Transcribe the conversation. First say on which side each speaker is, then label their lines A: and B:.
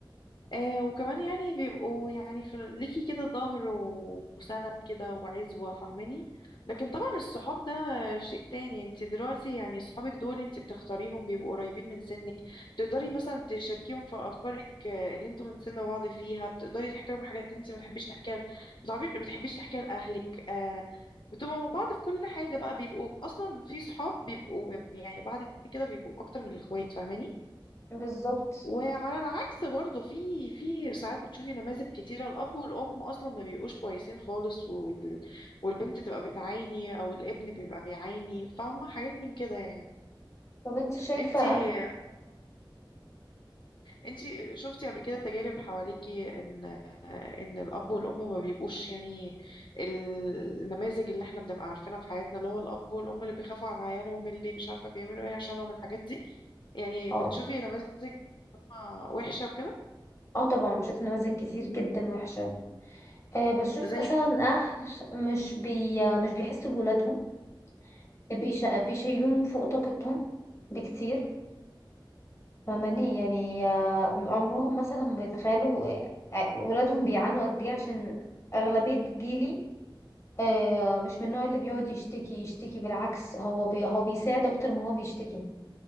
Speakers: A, on the left; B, on the left.
A: آه وكمان يعني بيبقوا يعني في ليكي كده ظهر و- وسند كده وعزوة فاهماني لكن طبعا الصحاب ده شيء تاني انت دلوقتي يعني صحابك دول انت بتختاريهم بيبقوا قريبين من سنك بتقدري مثلا تشاركيهم في افكارك آه، اللي انتوا من سن بعض فيها بتقدري تحكي لهم حاجات انت ما بتحبيش تحكيها ل- بتعرفي ما بتحبيش تحكيها لاهلك آه بتبقوا مع بعض في كل حاجة بقى بيبقوا اصلا في صحاب بيبقوا يعني بعد كده بيبقوا اكتر من الاخوات فاهماني
B: بالظبط
A: وعلى العكس برضه في في ساعات بتشوفي نماذج كتيرة الأب والأم أصلا ما بيبقوش كويسين خالص وال... والبنت تبقى بتعاني أو الابن بيبقى بيعاني فاهمة حاجات من كده يعني
B: طب انت شايفة
A: انتي
B: اه
A: انتي شفتي قبل كده تجارب حواليكي إن إن الأب والأم ما بيبقوش يعني النماذج اللي احنا بنبقى عارفينها في حياتنا اللي هو الأب والأم اللي بيخافوا على عيالهم اللي مش عارفة بيعملوا ايه عشانهم الحاجات دي يعني
B: اه
A: بتشوفي
B: طبعا
A: نماذج وحشة وكده
B: اه طبعا بشوف نماذج كتير جدا وحشة آه بشوف
A: زي
B: مثلا اهل مش بي مش بيحسوا بولادهم بيش... بيشيلوهم فوق طاقتهم بكتير فماني يعني آه عمرهم مثلا ما بيتخيلوا آه، ولادهم بيعانوا قد ايه عشان اغلبية جيلي آه مش من النوع اللي بيقعد يشتكي يشتكي بالعكس هو بي... هو بيساعد اكتر ما هو بيشتكي